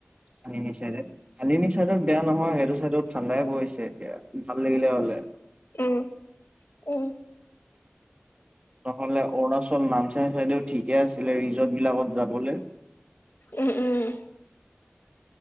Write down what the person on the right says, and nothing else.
আন চাইডে আন চাইডে বেয়া নহয় সেইটো চাইডো ঠাণ্ডাই পৰিছে এতিয়া ভাল লাগিলে হলে
নহলে অৰুণাচল, নামচাই চাইদেও ঠিকে আছিলে ৰিজৰ্টবিলাকত যাবলে।